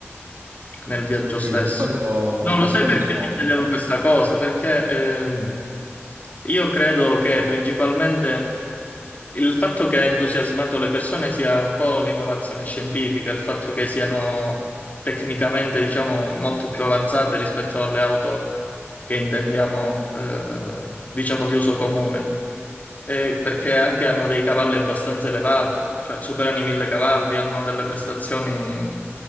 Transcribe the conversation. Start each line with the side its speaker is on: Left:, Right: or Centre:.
Left: nel viaggio
Right: sì,
Left: stesso.
Right: per quello,
Left: No, lo
Right: per
Left: sai
Right: quello
Left: perché
Right: è scomodo.
Left: ti chiedevo questa cosa? Perché ehm,
Right: Sì.
Left: io credo che principalmente il fatto che ha entusiasmato le persone sia un po' l'innovazione scientifica, il fatto che siano tecnicamente, diciamo, molto più avanzate rispetto alle auto che intendiamo, eh, diciamo, di uso comune. E perché anche hanno dei cavalli abbastanza elevati, cioè superano i 1000 cavalli, hanno delle prestazioni